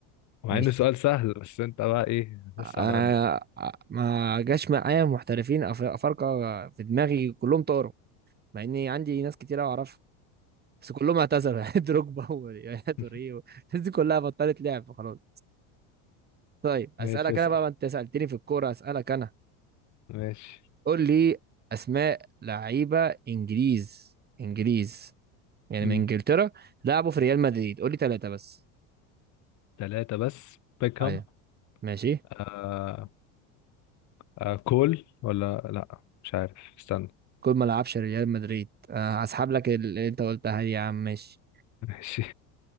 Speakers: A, on the left (about 50°); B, on the right (about 25°).
A: مع
B: مش
A: إنه سؤال سهل بس أنت بقى إيه لسه
B: آه
A: على قدك
B: آه، ما جاش معايا محترفين أف- افارقه في دماغي كلهم طاروا مع اني عندي ناس كتير أوي اعرفها بس كلهم اعتذروا <laughs> يعني دروجبا ويا توريه
A: <laughs>
B: و- الناس دي كلها بطلت لعب خلاص طيب اسالك
A: ماشي اسأل
B: انا بقى ما انت سالتني في الكوره اسالك انا
A: ماشي
B: قول لي اسماء لعيبه انجليز انجليز يعني
A: مم.
B: من انجلترا لعبوا في ريال مدريد قول لي ثلاثه بس
A: تلاتة بس بيكهام
B: ايوه ماشي
A: آه، آه كول ولا لا مش عارف استنى
B: كل ما لعبش ريال مدريد آه، هسحب لك اللي انت قلتها دي يا عم ماشي
A: <laughs> ماشي